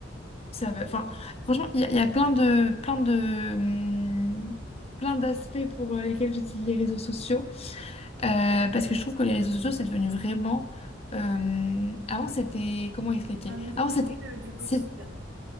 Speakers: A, on the left; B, on the right.
A: ça va, enfin, franchement, il y, a il y a plein de, plein de, hum, plein d'aspects pour euh, lesquels j'utilise les réseaux sociaux. Euh, parce que je trouve que les réseaux sociaux, c'est devenu vraiment. euh, avant, c'était. Comment expliquer?
B: Un outil,
A: Avant, c'était.
B: euh, du quotidien.
A: c'est-